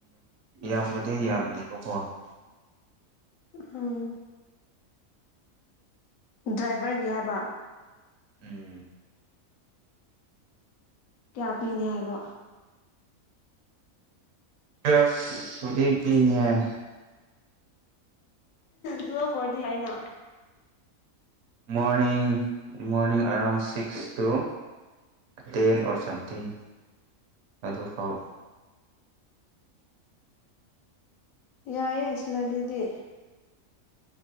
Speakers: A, on the right; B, on the left.
A: ꯌꯥꯝꯕꯨꯗꯤ ꯌꯥꯝꯗꯦꯕꯀꯣ
B: ꯎꯝ ꯗ꯭ꯔꯥꯏꯚꯔꯒꯤ ꯍꯥꯏꯕ
A: ꯎꯝ
B: ꯀꯌꯥ ꯄꯤꯅꯤ ꯍꯥꯏꯕ
A: ꯇꯨꯋ°ꯟ ꯄꯨꯗꯤ ꯄꯤꯅꯤ ꯍꯥꯏ
B: ꯇꯨꯋꯦꯞ ꯑꫭꯏꯔꯗꯤ ꯌꯥꯥꯏꯅ
A: morning morning around six to ten or something ꯑꯗꯨꯐꯥꯎ
B: ꯌꯥꯏꯑꯦ ꯁꯤꯜꯂꯂꯤꯗꯤ